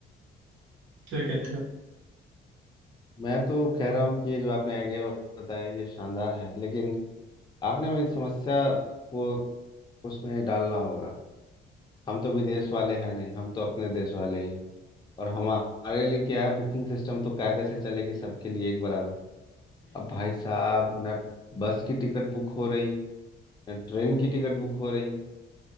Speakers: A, on the right (about 80°); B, on the left (about 20°).
A: क्या कहते हो
B: मैं तो कह रहा हूँ कि ये जो आपने आइडिया बताया ये शानदार है लेकिन आपने मेरी समस्या को उसमें डालना होगा हम तो विदेश वाले हैं नहीं हम तो अपने देश वाले ही हैं। और हमारे लिए क्या है बुकिंग सिस्टम तो कायदे से चलेगी सबके लिए एक बराबर अब भाई साहब न बस की टिकट बुक हो रही न ट्रेन की टिकट बुक हो रही